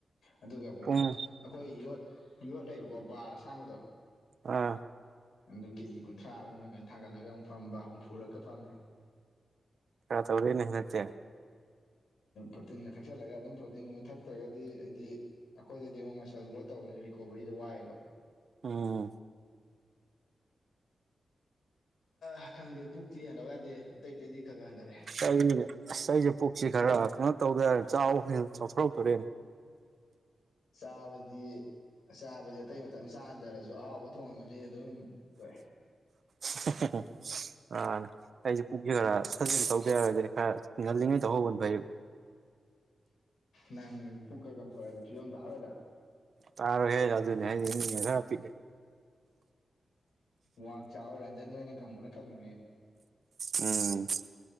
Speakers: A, on the left (about 90°); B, on the right (about 60°).
A: ꯑꯗꯨꯒ ꯑꯃꯨꯛ
B: ꯄꯨꯡ
A: ꯑꯩꯈꯣꯏ ꯌꯣꯠ ꯌꯣꯠ ꯂꯩꯕꯀꯣ ꯕꯥꯔ ꯑꯁꯥꯡꯕꯗꯣ
B: ꯑ
A: ꯅꯪꯗ ꯀꯦꯖꯤ ꯀꯨꯟꯊ꯭ꯔꯥꯃꯨꯛ ꯅꯪꯒꯟ ꯊꯥꯡꯒꯠꯂꯒ ꯑꯃꯨꯛ ꯐꯝꯕ ꯍꯨꯝꯐꯨꯔꯛꯀ ꯐꯝꯃꯦ
B: ꯀꯔ ꯇꯧꯔꯤꯅꯦ ꯍ ꯅꯠꯇꯦ
A: ꯄ꯭ꯔꯣꯇꯤꯟꯒ ꯊꯛꯆꯜꯂꯒ ꯑꯗꯨꯝ ꯄ꯭ꯔꯣꯇꯤꯟꯒꯨꯝꯕ ꯊꯛꯇ꯭ꯔꯒꯗꯤ ꯍꯥꯏꯗꯤ ꯑꯩꯈꯣꯏꯗꯗꯤ ꯑꯃꯨꯛ ꯃꯁꯜ ꯒ꯭ꯔꯣꯠ ꯇꯧꯕꯅꯤꯅ ꯔꯤꯀꯣꯕꯔꯤꯗ ꯋꯥꯏꯑꯕ
B: ꯑꯣ
A: ꯑ ꯈꯪꯗꯦ ꯄꯨꯛꯇꯤ ꯍꯟꯊꯕ ꯌꯥꯗꯦ ꯑꯇꯩ ꯑꯇꯩꯗꯤ ꯈꯔ ꯈꯔ ꯍꯟꯊꯔꯦ
B: ꯑꯩ ꯑꯁ ꯑꯩꯁꯦ ꯄꯨꯛꯁꯤ ꯈꯔ ꯀꯩꯅꯣ ꯇꯧꯗ ꯌꯔꯣꯏ ꯆꯥꯎ ꯍꯦꯟ ꯆꯥꯎꯊꯣꯔꯛꯇꯣꯔꯦꯅꯦ
A: ꯆꯕꯗꯤ ꯆꯥꯕꯗꯤ ꯑꯇꯩ ꯃꯇꯝ ꯆꯥ ꯍꯟꯊꯔꯁꯨ ꯑꯍꯥꯎꯕ ꯊꯣꯡꯃꯗꯤ ꯑꯗꯨꯝ ꯇꯣꯛꯑꯦ
B: <unintelligible> ꯑꯩꯁꯦ ꯄꯨꯛꯁꯦ ꯈꯔ ꯐꯖꯅ ꯇꯧꯗꯦ ꯌꯥꯔꯒꯗꯤ ꯈꯔ ꯉꯜꯂꯤꯉꯩ ꯇꯧꯍꯧꯕꯅ ꯐꯩ
A: ꯅꯪ ꯄꯨꯛꯀ ꯀꯪ ꯊꯣꯔꯑꯗꯤ ꯐꯤꯕꯝ ꯇꯥꯔꯣꯏꯗ
B: ꯇꯥꯔꯣꯏꯍꯦ ꯑꯗꯨꯅꯦ ꯍꯥꯏꯗꯤꯅꯦ ꯃꯤꯅꯒ ꯈꯔ ꯄꯤꯛꯑꯦ
A: ꯋꯥꯡ ꯆꯥꯎꯋ ꯔꯟꯖꯟ ꯍꯣꯏꯅ ꯀꯪꯕꯅ ꯀꯪꯕꯅꯦ
B: ꯎꯝ